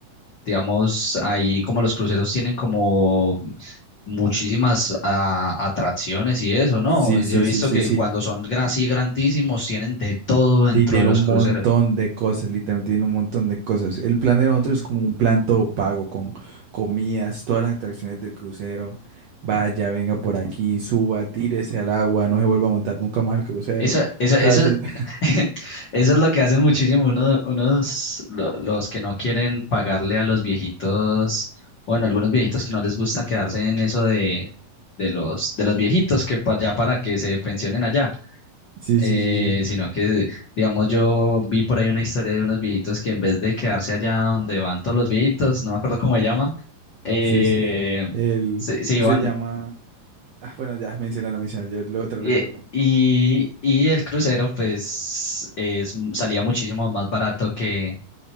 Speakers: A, on the left; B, on the right.
A: Digamos, ahí como los cruceros tienen como muchísimas ah, atracciones y eso, ¿no?
B: Sí,
A: Yo
B: sí,
A: he
B: sí,
A: visto
B: sí,
A: que
B: sí.
A: cuando son gran- así grandísimos tienen de todo dentro
B: Sí, tiene
A: de los
B: un
A: cruceros.
B: montón de cosas, literalmente tiene un montón de cosas. El plan de nosotros es como un plan todo pago con comidas, todas las atracciones del crucero. Vaya, venga por aquí, suba, tírese al agua, no se vuelva a montar nunca más el crucero.
A: Eso, eso,
B: cosas
A: eso,
B: así. <laughs>
A: <laughs> eso es lo que hacen muchísimo uno- unos, lo- los que no quieren pagarle a los viejitos, bueno, algunos viejitos que no les gusta quedarse en eso de, de los, de los viejitos que pa- ya para que se pensionen allá,
B: Sí,
A: eh,
B: sí, sí, sí.
A: sino que, digamos, yo vi por ahí una historia de unos viejitos que en vez de quedarse allá donde van todos los viejitos, no me acuerdo cómo se llama, eh,
B: Sí, sí. El,
A: se, se iban.
B: eso se llama. Ah, bueno, ya mencioné la mencioné, yo luego te lo
A: Y,
B: recuerdo.
A: y, y el crucero, pues, es, salía muchísimo más barato que,